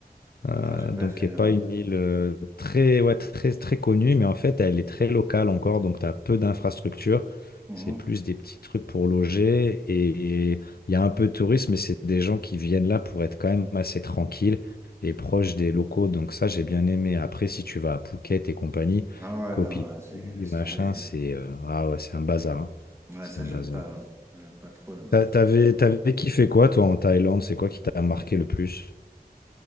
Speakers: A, on the left (about 70°); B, on the right (about 15°).
A: Euh,
B: non, j'ai pas
A: donc,
B: fait
A: qui n'est
B: là-bas.
A: pas une île euh, très, ouais, très, très connue, mais en fait, elle est très locale encore, donc tu as peu d'infrastructures.
B: Mhm.
A: C'est plus des petits trucs pour loger et et il y a un peu de tourisme, mais c'est des gens qui viennent là pour être quand même assez tranquilles et proches des locaux. Donc ça, j'ai bien aimé. Après, si tu vas à Phuket et compagnie,
B: Ah ouais,
A: Koh
B: non,
A: Phi
B: là, c'est
A: Phi,
B: laisse
A: machin,
B: tomber.
A: c'est euh, ah ouais, c'est un bazar. hein.
B: Ouais,
A: C'est
B: ça,
A: un
B: j'aime
A: bazar.
B: pas. là. J'aime pas trop là-bas.
A: T'a- T'avais, t'avais kiffé quoi, toi, en Thaïlande? C'est quoi qui t'a marqué le plus?